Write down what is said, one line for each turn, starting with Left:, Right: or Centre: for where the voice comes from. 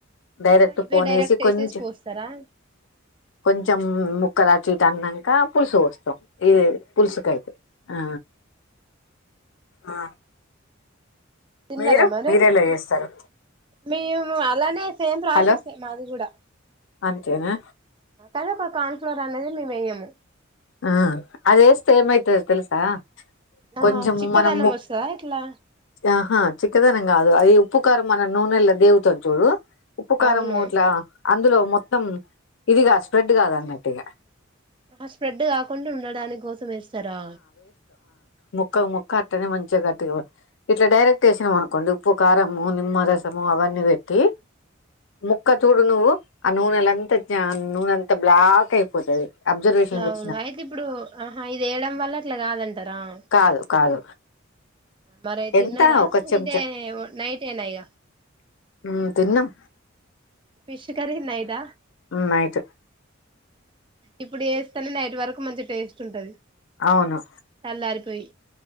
Left: డైరెక్ట్
Right: ఆ ఇవే
Left: పోన్
Right: డైరెక్ట్
Left: వేసి
Right: వేసేసి
Left: కొంచం
Right: పోస్తారా
Left: కొం ముక్కల చీటు అన్నంక పులుసు పోస్తాం. ఇది పుల్సుకైతే ఆ ఆ
Right: తిన్నారా
Left: మీరు
Right: మరి
Left: మీరేలా చేస్తారు
Right: మేము అలానే సేం ప్రాసెస్
Left: హలో
Right: మాది కూడా
Left: అంతేనా
Right: అది ఒక కార్న్ ఫ్లోర్ అనేది మేము వేయము.
Left: ఆ అదేస్తే ఏమయితది తెలుసా
Right: ఆ
Left: కొంచం
Right: చిక్కదనం
Left: మనం ము
Right: వస్తదా ఇట్లా
Left: ఆహా చిక్కదనం కాదు అది ఉ ఉప్పు కారం మనం నూనెల్లో దేవుతాం చూడు ఉప్పు కారమూ
Right: అవును
Left: ఎట్లా అందులో మొత్తం ఇదిగా స్ప్రెడ్ కాదు అన్నట్టుగా
Right: ఆ స్ప్రెడ్ కాకుండా ఉండడాని కోసం వేస్తారా
Left: ముక్కకు ముక్క అట్టనే మంచిగా కట్టుగా ఇట్లా డైరెక్ట్ వేసినాం. అనుకోండి ఉప్పు కారము నిమ్మరసము అవన్నీ పెట్టి, ముక్క చూడు నువ్వు ఆ నూనెల అంతా నూనెంతా బ్లాక్ అయిపోతది అబ్జర్వేషన్ చే
Right: అవును అయితే ఇప్పుడు ఆహా ఇది వేయడం వల్ల అట్లా కాదంటరా ఉ
Left: కాదు కాదు
Right: మరి తిన్నార
Left: ఎంత ఒక చెంచా
Right: ఇదే నైటేనా ఇగ
Left: ఉ తిన్నం
Right: ఫిష్ కర్రీ ఉన్నాయిద
Left: నైట్
Right: ఇప్పుడు ఏస్తానే నైట్ వరకు మంచి టేస్ట్ ఉంటది
Left: అవును
Right: తెల్లారి పోయ్